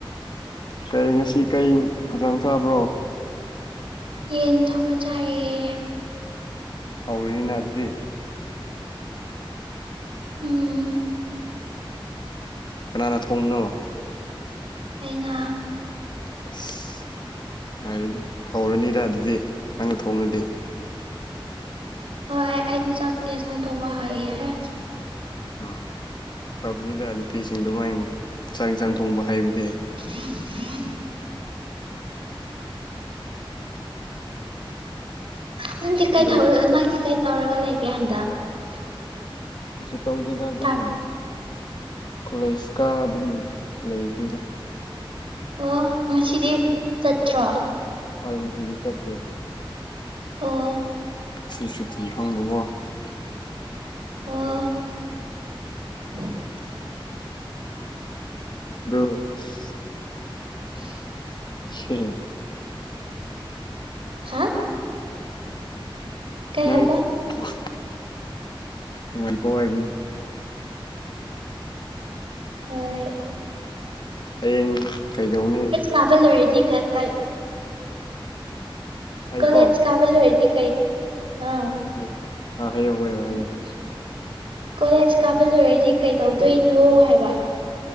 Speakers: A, on the left; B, on the right.
A: ꯀꯔꯤꯅꯣꯉꯁꯤ ꯀꯩ ꯏꯟꯁꯥꯡ ꯆꯥꯕ꯭ꯔꯣ
B: ꯌꯦꯟ ꯊꯣꯡꯕ ꯆꯥꯏꯌꯦ
A: ꯍꯧꯔꯤꯅꯤꯅ ꯑꯗꯨꯗꯤ
B: ꯎꯝ
A: ꯀꯅꯥꯅ ꯊꯣꯡꯕꯅꯣ
B: ꯑꯩꯅ
A: ꯑꯁ ꯍꯧꯔꯅꯤꯗ ꯑꯗꯨꯗꯤ ꯅꯪꯅ ꯊꯣꯡꯉꯗꯤ
B: ꯍꯣꯏ ꯑꯩꯗꯤ ꯆꯥꯛꯗꯤ ꯌꯦꯁꯥꯡ ꯊꯣꯡꯕ ꯍꯩꯍꯦ
A: ꯎꯝ ꯐꯕꯅꯤꯗ ꯅꯨꯄꯤꯁꯤꯡ ꯑꯗꯨꯃꯥꯏ ꯆꯥꯛ ꯏꯟꯁꯥꯡ ꯊꯣꯡꯕ ꯍꯩꯕꯗꯤ
B: ꯍ ꯍ <unintelligible> ꯅꯪꯗꯤ ꯀꯩ
A: ꯑꯗꯣ
B: ꯊꯧꯔ ꯅꯪꯗꯤ ꯀꯩ ꯇꯧꯔꯒ ꯂꯩꯒꯦ ꯍꯟꯗꯛ
A: ꯀꯁꯨ ꯇꯧꯗꯦꯗꯥ ꯑꯗꯨꯝ
B: ꯇꯥꯞ
A: ꯀꯣꯂꯦꯖ ꯀꯔꯥ ꯑꯗꯨꯝ ꯂꯩꯕꯅꯤꯗ
B: ꯑꯣ ꯉꯁꯤꯗꯤ ꯆꯠꯇ꯭ꯔꯣ
A: <unintelligible> ꯆꯠ ꯇꯦ
B: ꯑꯣ
A: <unintelligible>
B: ꯑꯣ <unintelligible>
A: ꯑ <unintelligible>
B: <unintelligible>
A: <unintelligible>
B: ꯍꯥ ꯀꯩ
A: ꯅꯪ
B: ꯍꯥꯏꯕ
A: <unintelligible> ꯅꯨꯡꯉꯥꯏꯕꯧ ꯍꯥꯏꯕꯅꯤ
B: ꯍꯣꯏ
A: ꯍꯌꯦꯡ ꯀꯩꯗꯧꯅꯤ
B: ꯀꯕ ꯂꯣꯏꯔꯗꯤ ꯀ ꯀꯩ
A: ꯑꯩꯀꯣ
B: ꯀꯂꯦꯖ ꯀꯥꯕ ꯂꯣꯏꯔꯗꯤ ꯀꯩ ꯑ
A: ꯎꯝ ꯑꯥ ꯍꯥꯏꯌꯣ ꯍꯥꯏꯌꯣ
B: <unintelligible>
A: ꯍꯥꯏꯌꯣ
B: ꯀꯣꯂꯦꯖ ꯀꯥꯕ ꯂꯣꯏꯔꯗꯤ ꯀꯩꯗꯧꯗꯣꯏꯅꯣ ꯍꯥꯏꯕ